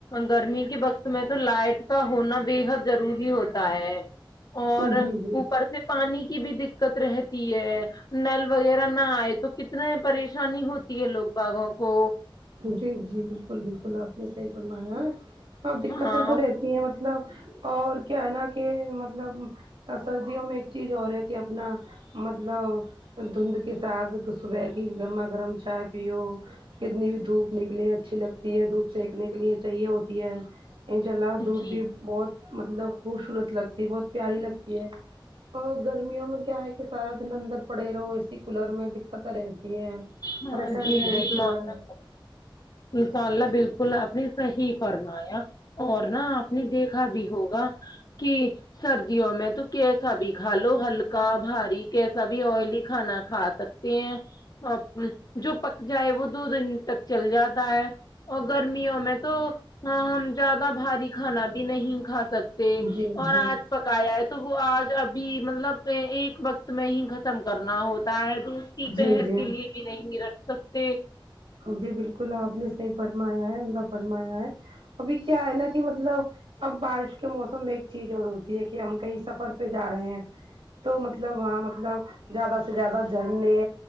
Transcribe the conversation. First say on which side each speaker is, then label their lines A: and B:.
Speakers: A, on the left; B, on the right.
A: گرمی کے وقت میں تو لائٹ کا ہونا بے حد ضروری ہوتا ہے اور
B: جی جی
A: اوپر سے پانی کی بھی دق ت رہتی ہے نل وغیرہ نہ آئے تو کتنے پریشانی ہو تی ہے لوگ باغوں کو
B: جی جی بالکل بالکل آپ نے صحیح فرمایا ہے اب دقتیں
A: ہاں
B: تو رہ یہ مطلب اور کیا ہے نا کہ مطلب سردیوں میں ایک چیز اور ہے کہ اپنا مطلب دھند کے ساتھ صبح کی گرما گرم چائے پیو کتنی بھی دھوپ نکلیے اچھی لگتی ہے دھوپ سینکنے کے لیے چاہیے ہوتی ہے ان شاء اللہ دودھ
A: جی
B: بھی بہت مطلب خوبصورت لگتی ہے بہت پیاری لگتی ہے اور گرمیوں میں کیا ہے کہ سارا دن اندر پڑے رہو اے سی کولر میں د قت رہتی ہے
A: ہاں
B: پریشانیاں
A: جی جی
B: رہتی
A: ماشاء
B: ہیں
A: انشاء اللہ بال کل آپ نے صحیح فرمایا اور نہا آپ نے دیکھا بھی ہوگا کہ سردیوں میں تو کیسا بھی کھا لو ہلکا بھاری کیسا بھی آئلی کھانا کھا سک تے ہیں جو پک جائے وہ دو دن تک چل جاتا ہے اور گرمیوں میں تو ہاں ہم زیادہ بھاری کھانا بھی نہیں کھا سکتے
B: جی
A: اور
B: جی
A: آج پکایا ہے تو وہ آج ابھی مطلب ایک وقت میں ہی ختم کرنا ہوتا اتنا ہے دوسری
B: جی
A: پہر
B: جی
A: کے لیے بھی نہیں رکھ سکتے
B: جی بالکل آپ نے صحیح فرمایا ہے عمدہ فرمایا ہے ابھی کیا ہے نا کہ مطلب اب بارش کے موسم ایک چیز اور ہوتی ہے کہ ہم کہیں سفر پہ جا رہے ہیں تو مطلب وہ مطلب زیادہ سے زیادہ جھرنے